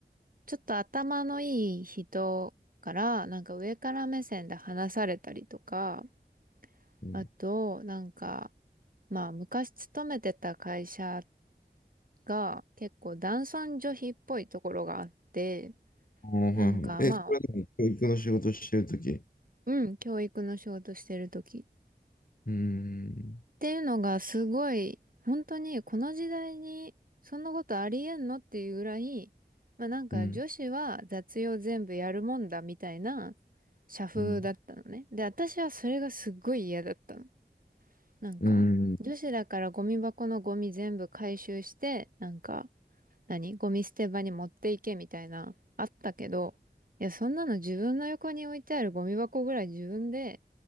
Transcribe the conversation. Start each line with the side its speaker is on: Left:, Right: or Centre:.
Right: ちょっと頭のいい人から、なんか上から目線で話されたりとか、
Left: うん。
Right: あと、なんか、まあ、昔勤めてた会社が結構男尊女卑っぽいところがあって、
Left: ああ、はいはい。
Right: なんかまあ、
Left: え、それはでも教育の仕事してるとき。う
Right: うん、教育の仕事してる時
Left: ーん。
Right: ていうのがすごい、本当にこの時代にそんなことありえんのっていうぐらい、まあなんか女子は雑用全部やるもんだみたいな
Left: うん。
Right: 社風だったのね。
Left: うん。
Right: で、私はそれがすっごい嫌だったの。なんか、
Left: うん。
Right: 女子だからゴミ箱のゴミ全部回収して、なんか、何ゴミ捨て場に持っていけみたいな、あったけど、いや、そんなの自分の横に置いてあるゴミ箱ぐらい自分で